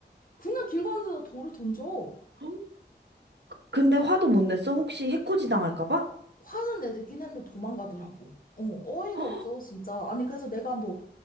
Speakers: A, on the left; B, on the right.
A: 그냥 길 가는데 나 돌을 던져.
B: 헉, 근데 화도 못 냈어? 혹시 해코지 당할까 봐?
A: 화는 내긴 했는데 도망가더라고. 어, 어이가
B: 헉,
A: 없어, 진짜. 아니, 그래서 내가 뭐,